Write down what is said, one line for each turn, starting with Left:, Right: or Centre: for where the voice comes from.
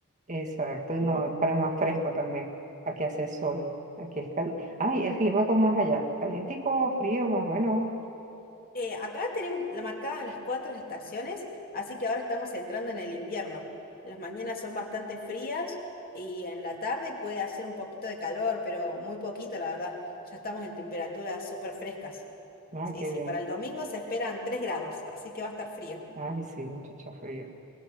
Right: Exacto, y
Left: <laughs>
Right: no, para más fresco también. Aquí hace sol, aquí es caliente. Ay, el clima cómo es allá, calientico, o frío, más o menos.
Left: Eh, acá tenemos la marcada las cuatro estaciones, así que ahora estamos entrando en el invierno. Las mañanas son bastante frías y en la tarde puede hacer un poquito de calor, pero muy poquito, la verdad. Ya estamos en temperaturas súper frescas.
Right: Ay,
Left: Sí,
Right: qué
Left: sí,
Right: bien.
Left: para el domingo se esperan tres grados, así que va a estar frío.
Right: Ay, sí, muchacho, frío.